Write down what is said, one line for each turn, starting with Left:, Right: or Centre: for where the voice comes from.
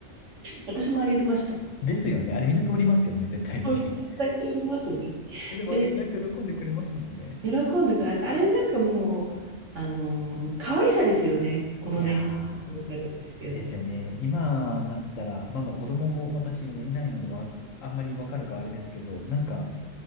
Right: 私もあげてました。
Left: ですよね。あれみんな通りますよね、絶対に。
Right: そう絶対通りますね。
Left: <laughs> いや、でもあれ意外と喜んでくれますもんね。
Right: で、喜んでくれる。あれなんかもう、あのー可愛さですよね。この年齢でもわかるんですけど。
Left: いやー、ですよね。今だったら、まあまあ子供も私いないのでわあんまりわかるかあれですけど、なんか、